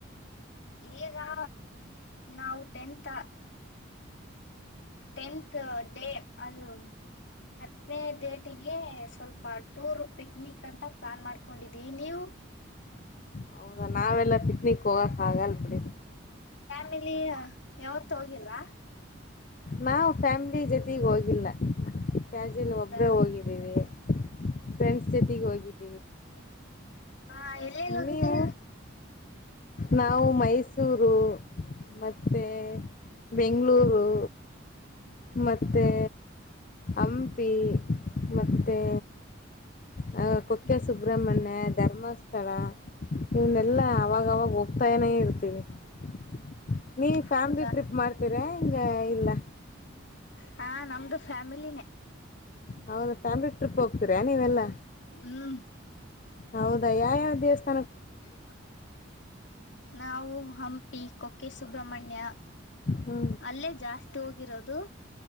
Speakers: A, on the left (about 60°); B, on the left (about 40°).
A: ಈಗಾ ನಾವು ಟೆಂತಾ ಟೆಂತ್ ಡೇ ಅದು ಹತ್ನೇ ಡೇಟಿಗೆ ಸ್ವಲ್ಪ ಟೂರು ಪಿಕ್ನಿಕ್ ಅಂತ ಪ್ಲಾನ್ ಮಾಡ್ಕೊಂಡಿದೀವಿ ನೀವು?
B: ಹೌದಾ ನಾವೆಲ್ಲ ಪಿಕ್ನಿಕ್ ಕೋಗಕಾಗಲ್ ಬಿಡಿ.
A: ಮಿಲೀಯಾ ಯಾವತ್ತು ಹೋಗಿಲ್ವಾ?
B: ನಾವ್ ಫ್ಯಾಮಿಲಿ ಜೊತೀಗ್ ಹೋಗಿಲ್ಲ. ಕ್ಯಾಜಲಿ
A: ಹೌದಾ
B: ಇಬ್ರೆ ಹೋಗಿದೀವಿ. ಫ್ರೆಂಡ್ಸ್ ಜೊತೆಗೆ ಹೋಗಿದ್
A: <unintelligible> ಹಾ ಎಲ್ ಎಲ್ಲಿ ಹೋಗಿದಿರ.
B: ನೀವು ನಾವು ಮೈಸೂರು ಮತ್ತೆ ಬೆಂಗ್ಳೂರು ಮತ್ತೆ ಹಂಪಿ ಮತ್ತೆ ಹ ಕುಕ್ಕೆ ಸುಬ್ರಹ್ಮಣ್ಯ ಧರ್ಮಸ್ಥಳ ಇವನ್ನೆಲ್ಲಾ ಅವಗವಗ ಹೋಗ್ತನೆ ಇರ್ತೀವಿ <unintelligible> ನೀವ್ ಫ್ಯಾಮ್ಲಿ
A: ಹೌದಾ
B: ಟ್ರಿಪ್ ಮಾಡ್ತೀರ ಹೆಂಗ ಇಲ್ಲ.
A: ಹಾ ನಮ್ದು ಫ್ಯಾಮಿಲಿನೇ.
B: ಹೌ ಫ್ಯಾಮಿಲಿ ಟ್ರಿಪ್ ಹೋಗ್ತೀರಾ ನೀವೆಲ್ಲ.
A: ಹ್ಮ್
B: ಹೌದಾ ಯಾವ್ ಯಾವ್ ದೇವಸ್ಥ
A: <unintelligible> ನಾವು ಹಂ ಪಿ ಕುಕ್ಕೆ ಸುಬ್ರಹ್ಮಣ್ಯ.
B: ಹ್ಞೂ
A: ಅಲ್ಲೇ ಜಾಸ್ ತುಗಿರೋದು